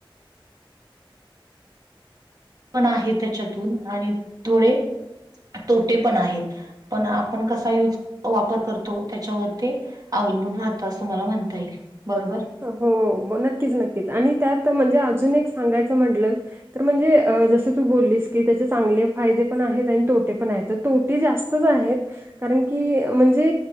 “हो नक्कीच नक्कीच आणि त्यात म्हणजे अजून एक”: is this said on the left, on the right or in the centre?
Right